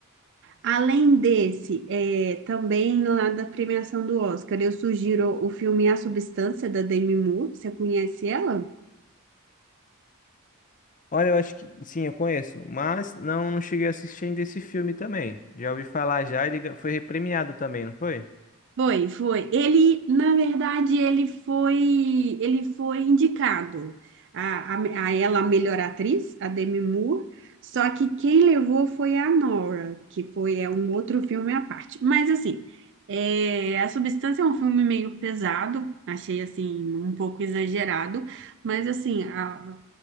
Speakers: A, on the right; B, on the left.
A: Além desse, é, também lá da premiação do Oscar, eu sugiro o filme A Substância, da Demi Moore. Você conhece ela?
B: Olha, eu acho que sim, eu conheço, mas não, não cheguei a assistir ainda esse filme também. Já ouvi falar já, ele gan- foi repremiado também, não foi?
A: Foi, foi. Ele, na verdade, ele foi, ele foi indicado a, a, a ela a melhor atriz, a Demi Moore. Só que quem levou foi a Nora, que foi é um outro filme à parte. Mas assim, é, A Substância é um filme meio pesado, achei assim um pouco exagerado, mas assim a,